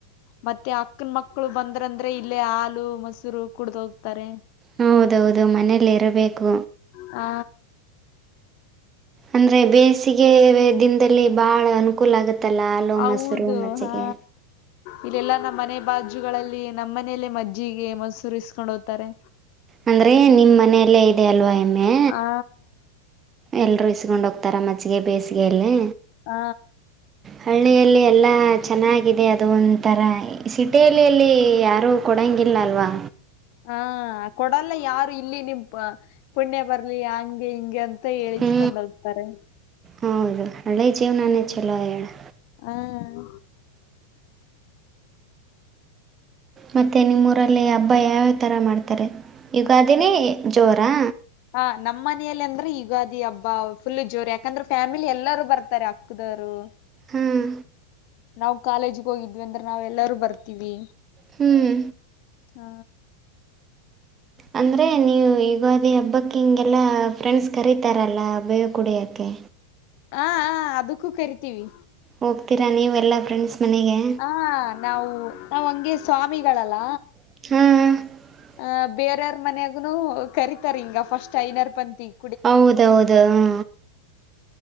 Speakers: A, on the left; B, on the right.
A: ಮತ್ತೆ ಅಕ್ಕನ ಮಕ್ಕಳು ಬಂದ್ರಂದ್ರೆ ಇಲ್ಲೇ ಹಾಲು ಮೊಸರು ಕೂಡ್ದ ಹೋಗ್ತಾರೆ.
B: ಹೌದೌದು ಮನೇಲಿ ಇರಬೇಕು.
A: ಹಾ.
B: ಅಂದರೆ ಬೇಸಿಗೆ ವೆ ದಿನದಲ್ಲಿ ಭಾಳ ಅನುಕೂಲ ಆಗುತ್ತಲ್ಲ ಹಾಲು
A: ಹೌದು
B: ಮೊಸರು ಮಜ್ಜೆಗೆ
A: ಹಾ ಇಲ್ಲೆಲ್ಲಾ ನಮ್ಮ್ ಮನೆ ಬಾಜುಗಳಲ್ಲಿ ನಮ್ಮ ಮನೆಯಲ್ಲೇ ಮಜ್ಜಿಗೆ ಮೊಸೂರು ಇಸ್ಕೊಂಡ್ ಹೋಗ್ತಾರೆ.
B: ಅಂದ್ರೆ ನಿಮ್ಮ್ ಮನೆಯಲ್ಲೇ ಇದೆ ಅಲ್ವಾ ಎಮ್ಮೆ
A: ಆ
B: ಎಲ್ಲರೂ ಇಸ್ಕೊಂಡ ಹೋಗ್ತಾರೆ ಮಜ್ಜಿಗೆ ಬೇಸಿಗೆಯಲ್ಲಿ.
A: ಹಾ.
B: ಹಳ್ಳಿಯಲ್ಲಿ ಎಲ್ಲ ಚೆನ್ನಾಗಿದೆ ಅದು ಒಂಥರ ಸಿಟಿಯಲ್ಲಿಲ್ಲಿ ಯಾರು ಕೊಡಂಗಿಲ್ಲ ಅಲ್ವಾ?
A: ಹಾ ಕೊಡಲ್ಲ ಯಾರು ಇಲ್ಲಿ ನಿಮ್ಮ ಪುಣ್ಯ ಬರ್ಲಿ ಹಂಗೆ ಹಿಂಗೆ ಅಂತ. ಮತ್ತ ಹೇಳಿಸ್ಕೊಂಡೋಗತಾರೆ
B: ಹ್ಞೂ ಹೌದು ಹಳ್ಳಿ ಜೀವನನೇ
A: ಹ್ಮ್.
B: ಚಲೋ ಹೇಳು
A: ಹ್ಮ್.
B: ಮತ್ತೆ ನಿಮ್ಮೂರಲ್ಲಿ ಹಬ್ಬ ಯಾವ್ಯಾವ ಥರ ಮಾಡ್ತಾರೆ ಈಗ ಯುಗಾದಿನೆ ಜೋರಾ?
A: ಹಾ ನಮ್ಮ್ ಮನಲಿ ಅಂದ್ರೆ ಯುಗಾದಿ ಹಬ್ಬ ಫುಲ್ ಜೋರ ಯಾಕಂದ್ರೆ ಫ್ಯಾಮಿಲಿ ಎಲ್ಲಾರೂ ಬರ್ತಾರೆ ಅಕ್ಕದವರು.
B: ಹ್ಮ್.
A: ನಾವು ಕಾಲೇಜಗ ಹೋಗಿದ್ವಿ ಅಂದ್ರ ನಾವ್ ಎಲ್ಲಾರೂ ಬರ್ತೀವಿ.
B: ಹ್ಮ್.
A: ಹಾ.
B: ಅಂದರೆ ನೀವು ಯುಗಾದಿ ಹಬ್ಬಕ್ಕೆ ಹಿಂಗೆಲ್ಲ ಫ್ರೆಂಡ್ಸ್ ಕರೀತಾರಲ್ಲ <unintelligible> ಕುಡಿಯೋಕೇ
A: ಹ ಹಾ ಹಾ ಅದಕ್ಕೂ ಕರಿತೀವಿ.
B: ಹೋಗ್ತೀರಾ ನೀವು ಎಲ್ಲ ಫ್ರೆಂಡ್ಸ್ ಮನೆಗೆ?
A: ಹಾ ನಾವು ನಾವ್ ಹಂಗೆ ಸ್ವಾಮಿಗಳಲ್ಲ.
B: ಹ್ಮ್.
A: ಹಾ ಬೇರೆಯವರ ಮನ್ಯಾಗನು ಕರಿತಾರ ಹಿಂಗ ಫಸ್ಟ್ ಐನಾರ್ ಪಂತಿಗ್.
B: ಹೌದೌದು ಹ.